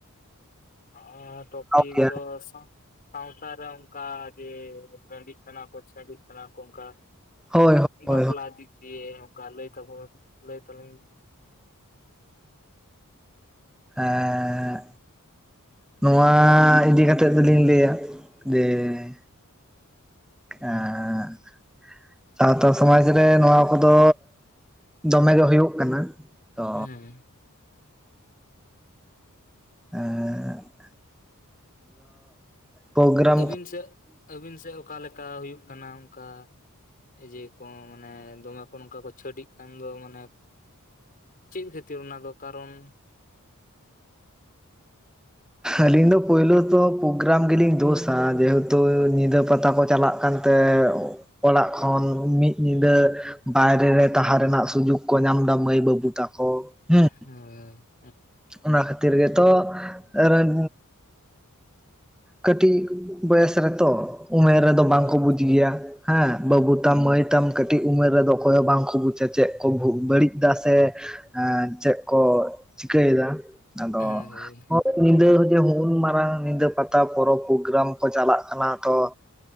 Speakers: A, on the left; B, in the centre.
A: ᱟ ᱴᱚᱯᱤᱠ
B: ᱠᱮᱭᱟ
A: ᱫᱚ ᱦᱟᱥᱟ ᱥᱟᱶᱛᱟᱨᱮ ᱚᱝᱠᱟ ᱡᱮ ᱨᱮᱺᱰᱤᱜ ᱠᱟᱱᱟ ᱠᱚ, ᱪᱟᱹᱰᱤᱜ ᱠᱟᱱᱟ ᱠᱚ ᱚᱝᱠᱟ
B: ᱦᱳᱭ ᱦᱳᱭ ᱦᱳᱭ
A: ᱵᱟᱯᱞᱟ ᱫᱤᱠ ᱫᱤᱭᱮ ᱚᱝᱠᱟ ᱞᱟᱹᱭ ᱛᱟᱵᱚᱱ ᱞᱟᱹᱭ ᱛᱟᱞᱟᱝ
B: ᱮᱜ ᱱᱚᱣᱟ ᱤᱫᱤ ᱠᱟᱛᱮᱜ ᱫᱚᱞᱤᱧ ᱞᱟᱹᱭᱟ ᱫᱮᱸ ᱟᱸ ᱥᱟᱶᱛᱟ ᱥᱚᱢᱟᱡᱽ ᱨᱮ ᱱᱚᱣᱟ ᱠᱚᱫᱚ ᱫᱚᱢᱮ ᱜᱮ ᱦᱩᱭᱩᱜ ᱠᱟᱱᱟ ᱛᱚ
A: ᱦᱮᱸ
B: ᱮᱸ ᱯᱨᱳᱜᱨᱟᱢ
A: ᱟᱹᱵᱤᱱ ᱥᱮᱫ ᱟᱹᱵᱤᱱ ᱥᱮᱫ ᱚᱠᱟᱞᱮᱠᱟ ᱦᱩᱭᱩᱜ ᱠᱟᱱᱟ ᱚᱱᱠᱟ ᱡᱮ ᱠᱚ ᱢᱟᱱᱮ ᱫᱚᱢᱮ ᱠᱚ ᱱᱚᱝᱠᱟ ᱠᱚ ᱪᱷᱟᱹᱰᱤᱜ ᱠᱟᱱ ᱫᱚ ᱢᱟᱱᱮ ᱪᱮᱫ ᱠᱷᱟᱹᱛᱤᱨ ᱚᱱᱟ ᱫᱚ ᱠᱟᱨᱚᱱ
B: ᱟᱹᱞᱤᱧ ᱫᱚ ᱯᱳᱭᱞᱩ ᱫᱚ ᱯᱨᱳᱜᱨᱟᱢ ᱜᱮᱞᱤᱧ ᱫᱳᱥᱟ ᱡᱮᱦᱮᱛᱩ ᱧᱤᱫᱟᱹ ᱯᱟᱛᱟ ᱠᱚ ᱪᱟᱞᱟᱜ ᱠᱟᱱ ᱛᱮ ᱚᱲᱟᱜ ᱠᱷᱚᱱ ᱢᱤᱫ ᱧᱤᱫᱟᱹ ᱵᱟᱭᱨᱮ ᱨᱮ ᱛᱟᱦᱮᱸ ᱨᱮᱱᱟᱜ ᱥᱩᱡᱩᱜᱽ ᱠᱚ ᱧᱟᱢ ᱫᱟ ᱢᱟᱹᱭ ᱵᱟᱹᱵᱩ ᱛᱟᱠᱚ ᱦᱮᱸ
A: ᱩᱸ ᱦᱩᱸ
B: ᱚᱱᱟ ᱠᱷᱟᱹᱛᱤᱨ ᱜᱮᱛᱚ ᱨᱟᱹᱱ ᱠᱟᱹᱴᱤᱡ ᱵᱚᱭᱮᱥ ᱨᱮᱛᱚ ᱚᱢᱮᱸ ᱨᱮᱫᱚ
A: ᱦᱳᱭ
B: ᱵᱟᱝᱠᱚ ᱵᱩᱡ ᱜᱮᱭᱟ ᱦᱮᱸ ᱵᱟᱹᱵᱩ ᱛᱟᱢ ᱢᱟᱹᱭ ᱛᱟᱢ ᱠᱟᱹᱴᱤᱡ ᱩᱢᱮᱨ ᱨᱮᱫᱚ ᱚᱠᱚᱭ ᱦᱚᱸ ᱵᱟᱝᱠᱚ ᱵᱩᱡᱟ ᱪᱮᱫ ᱠᱚ ᱵᱷᱩᱜ ᱵᱟᱹᱲᱤᱡ ᱫᱟ ᱥᱮ ᱮᱸ ᱪᱮᱫ ᱠᱚ ᱪᱤᱠᱟᱹᱭᱮᱫᱟ ᱟᱫᱚ
A: ᱦᱳᱭ ᱦᱳᱭ
B: ᱧᱤᱫᱟᱹ ᱦᱚᱸ ᱡᱮ ᱦᱩᱜ-ᱩᱱ ᱢᱟᱨᱟᱝ ᱧᱤᱫᱟᱹ ᱯᱟᱛᱟ ᱯᱚᱨᱚᱵᱽ ᱯᱨᱳᱠᱜᱨᱟᱢ ᱠᱚ ᱪᱟᱞᱟᱜ ᱠᱟᱱᱟ ᱛᱚ